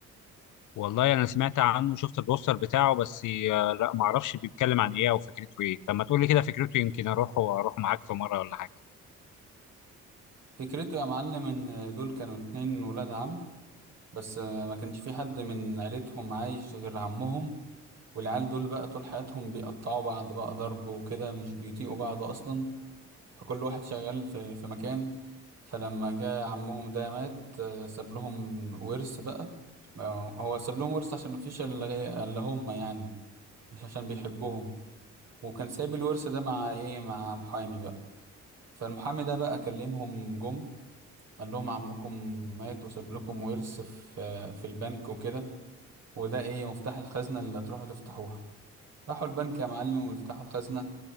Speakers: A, on the left; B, on the right.
A: والله انا سمعت عنه وشفت البوستر بتاعه بس آه، لا ما اعرفش بيتكلم عن ايه او فكرته ايه طب ما تقول لي كده فكرته يمكن اروح واروح معاك في مره ولا حاجه
B: فكرته يا معلم ان دول كانوا اتنين ولاد عم بس آه، ما كانش في حد من عيلتهم عايش غير عمهم والعيال دول بقى طول حياتهم بيقطعوا بعض بقى ضرب وكده مش بيطيقوا بعض أصلا فكل واحد شغال في, في مكان فلما جه عمهم ده مات آه، ساب لهم ورث بقى آه، هو ساب لهم ورث عشان مفيش إلا غي- إلا هم يعني مش عشان بيحبوهم وكان سايب الورث ده مع إيه مع محامي بقى فالمحامي ده بقى كلمهم جم قال لهم عمكم مات وساب لكم ورث في في البنك وكده وده إيه مفتاح الخزنة اللي هتروحوا تفتحوها راحوا البنك يا معلم ويفتحوا الخزنة